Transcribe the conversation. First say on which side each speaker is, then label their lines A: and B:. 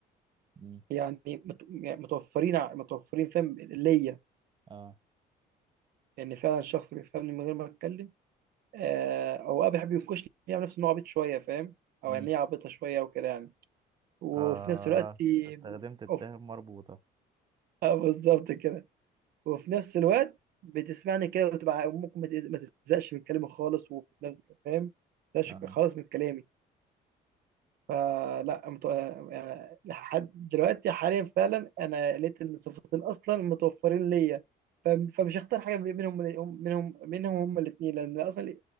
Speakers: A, on the right (about 30°); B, on the right (about 65°).
A: مم.
B: يعني مت- يعني متوفرين ع- متوفرين فاهم ليا
A: اه
B: يعني فعلا شخص بيفهمني من غير ما اتكلم آه، او ابي بيحب ينكشني يعني نفسه انه عبيط شويه فاهم
A: مم.
B: او يعني هي عبيطه شويه وكده يعني وفي
A: اه
B: نفس الوقت
A: استخدمت التهم
B: اوف
A: مربوطه
B: آه، بالظبط كده وفي نفس الوقت بتسمعني كده وتبقى ممكن ما تز- ما تزهقش من كلامي خالص وفي نفس فاهم ما تزهقش
A: اه
B: خالص من كلامي فلا مت... يعني لحد دلوقتي حاليا فعلا انا لقيت إن الصفتين اصلا متوفرين ليا ف... فمش هختار حاجه منهم منهم منهم هما الاثنين لان اصلا